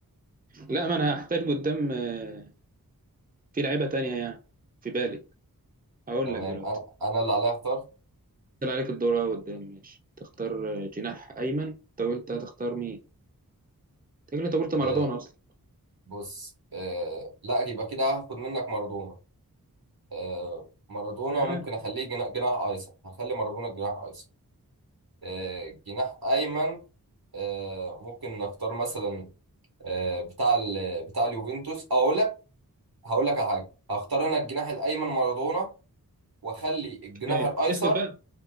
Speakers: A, on the right; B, on the right.
A: لا ما انا هحتاج قدام آه، في لعيبة تانية يعني في بالي هقول
B: تمام
A: لك دلوقتي
B: انا انا اللي عليا اختار
A: طلع عليك الدور أهو قدام ماشي تختار آه، جناح ايمن انت قلت هتختار مين انت كده- انت قلت مارادونا
B: آه
A: اصلا
B: بص آه لا يبقى كده هاخد منك مارادونا آه مارادونا
A: معاك.
B: ممكن اخليه جنا- جناح ايسر هخلي مارادونا جناح ايسر آه جناح ايمن آه ممكن نختار مثلا آه، بتاع ال بتاع اليوفنتوس او اقول لك هقول لك على حاجه هختار انا الجناح الايمن مارادونا واخلي الجناح
A: كفاية.
B: الايسر
A: اسكت بقى